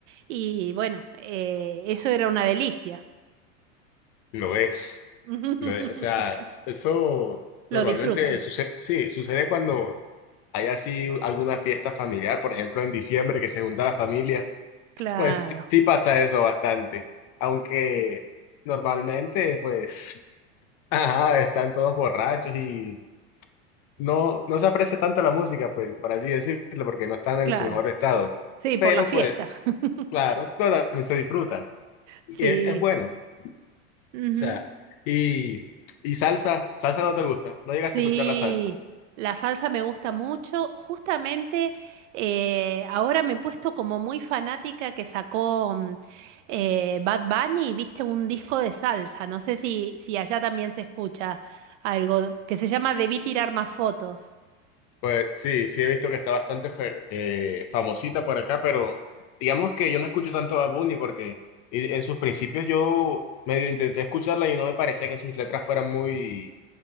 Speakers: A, on the right; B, on the left.
A: y bueno, eh, eso era una delicia.
B: lo es.
A: <laughs>
B: Lo es. O sea, eso
A: Lo
B: normalmente
A: disfrutan.
B: sucede, sí, sucede cuando hay así alguna fiesta familiar, por ejemplo, en diciembre que se junta la familia.
A: Claro,
B: Pues sí, sí pasa eso bastante. Aunque normalmente, pues, <laughs> ajá, están todos borrachos y no, no se aprecia tanto la música, pues, por así decirlo, porque no están en
A: claro.
B: su mejor estado.
A: Sí,
B: Pero,
A: por la fiesta.
B: pues,
A: <laughs>
B: claro, todo también se disfruta. y
A: Sí.
B: es, es bueno. O
A: Ujú.
B: sea, y, y salsa, salsa no te gusta, no llegaste
A: Sí,
B: a escuchar la salsa.
A: la salsa me gusta mucho. Justamente eh, ahora me he puesto como muy fanática que sacó mm, eh, Bad Bunny, viste, un disco de salsa. No sé si, si allá también se escucha algo que se llama Debí tirar más fotos.
B: Pues sí, sí he visto que está bastante fer- eh, famosita por acá, pero digamos que yo no escucho tanto a Bunny porque y- en sus principios yo medio intenté escucharla y no me parecía que sus letras fueran muy,